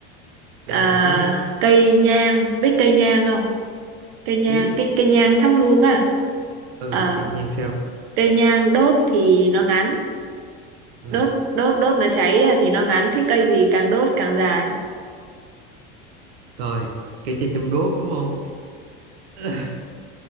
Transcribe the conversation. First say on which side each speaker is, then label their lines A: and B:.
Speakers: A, on the right; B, on the right.
A: ừ
B: à,
A: bạn đố đi
B: cây nhang biết cây nhang không cây nhang
A: biết
B: cây cây nhang thắp hương à,
A: ừ
B: à
A: cái nhan sao
B: cây nhang đốt thì nó ngắn
A: ừ
B: đốt đốt đốt nó cháy à, thì nó ngắn thế cây gì càng đốt càng dài
A: rồi cái chai chăm đốt đúng không <laughs>